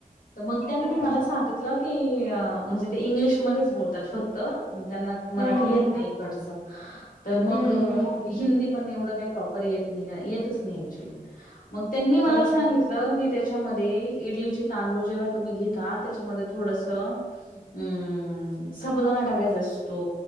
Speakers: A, on the left; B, on the right.
A: तर मग त्यांनी
B: हम्म
A: मला सांगितलं की... अ म्हणजे ते इंग्लिशमध्येच बोलतात फक्त त्यांना मराठी
B: हम्म हम्म
A: येत नाही कडच तर मग
B: हम्म हम्म
A: हिंदी पण एवढं काही प्रॉ् ेत येत नाही, येत नाही ऍक्च्युली, मग त्यांनी मला
B: अच्छा
A: सांगितलं. त्याच्यामध्ये इडलीचे तांदूळ जेव्हा तुम्ही घेता त्याच्यामध्ये थोडस अम्.. साबदाणा टाकायचा असतो